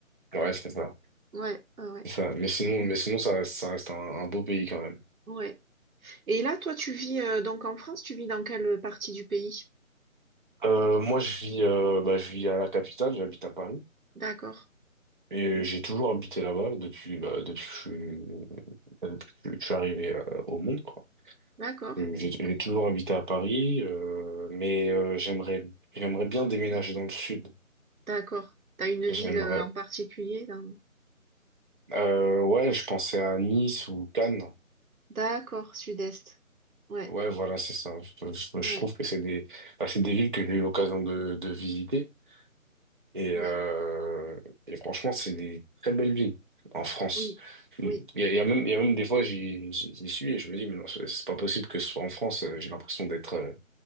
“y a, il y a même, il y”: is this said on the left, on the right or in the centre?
Right